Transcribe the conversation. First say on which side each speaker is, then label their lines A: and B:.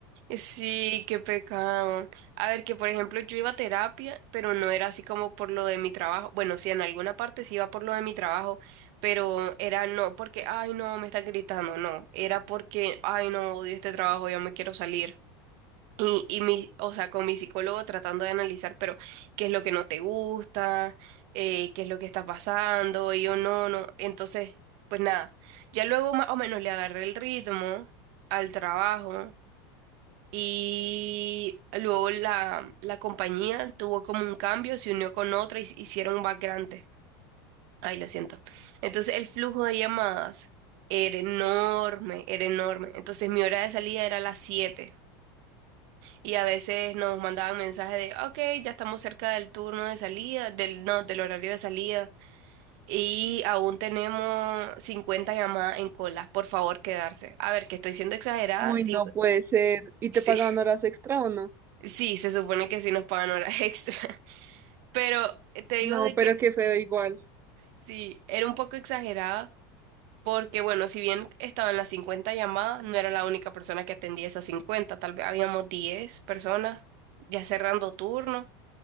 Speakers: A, on the right; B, on the right.
A: Sí, qué pecado. A ver, que por ejemplo yo iba a terapia, pero no era así como por lo de mi trabajo. Bueno, sí, en alguna parte sí iba por lo de mi trabajo, pero era no porque, ay, no, me están gritando, no. Era porque, ay, no, odio este trabajo, ya me quiero salir. Y, y mi, o sea, con mi psicólogo tratando de analizar, pero, ¿qué es lo que no te gusta? Eh, ¿qué es lo que está pasando? Y yo, no, no. Entonces, pues nada, ya luego más o menos le agarré el ritmo al trabajo y luego la, la compañía tuvo como un cambio, se unió con otra y s- hicieron un grande. Ay, lo siento. Entonces el flujo de llamadas era enorme, era enorme. Entonces mi hora de salida era a las siete Y a veces nos mandaban mensajes de, ok, ya estamos cerca del turno de salida, del, no, del horario de salida. Y aún tenemos 50 llamadas en cola. Por favor, quedarse. A ver, que estoy siendo exagerada.
B: Uy,
A: cinco-
B: no puede ser.
A: <laughs>
B: ¿Y te
A: Sí,
B: pagaban horas extra o no?
A: sí, se supone que sí nos pagan horas <laughs> extra. Pero eh, te digo
B: No,
A: de que
B: pero qué feo igual.
A: sí, era un poco exagerada porque, bueno, si bien estaban las 50 llamadas, no era la única persona que atendía esas cincuenta tal vez habíamos 10 personas ya cerrando turno